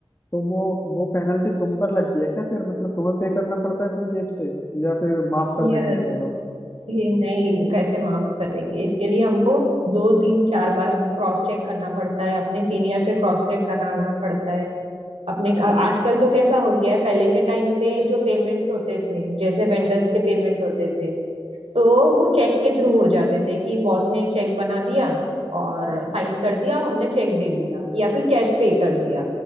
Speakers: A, on the left; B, on the right.
A: तो वो वो पेनल्टी तुम पर लगती है क्या फिर मतलब तुम्हें पे करना पड़ता है अपनी जेब से या फिर माफ कर
B: ये
A: देते हैं वो लोग
B: ये नहीं कैसे माफ करेंगे इसके लिए हमको दो तीन चार बार क्रॉस चेक करना पड़ता है अपने सीनियर से क्रॉस चेक कराना पड़ता है अपने अ- आजकल तो कैसा हो गया है पहले के टाइम पे जो पेमेंट्स होते थे जैसे वेंडर्स के पेमेंट होते थे तो वो चेक के थ्रू हो जाते थे कि बॉस ने चेक बना दिया और साइन कर दिया और हमने चेक दे दिया या फिर कैश पे कर दिया